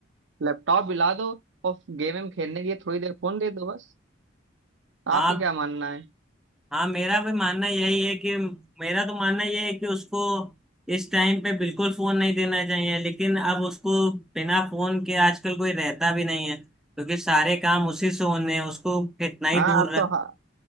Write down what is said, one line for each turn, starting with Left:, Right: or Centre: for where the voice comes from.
Right: लैपटॉप दिला दो और गेम वेम खेलने के लिए थोड़ी देर फोन दे दो बस
Centre: आप
Right: आपका क्या मानना है
Centre: हाँ मेरा भी मानना यही है कि मेरा तो मानना यह है कि उसको इस टाइम पे बिल्कुल फोन नहीं देना चाहिए लेकिन अब उसको बिना फोन के आजकल कोई रहता भी नहीं है क्योंकि सारे काम उसी से होने हैं उसको कितना ही
Right: हाँ
Centre: दूर
Right: आप
Centre: रख
Right: तो हाँ,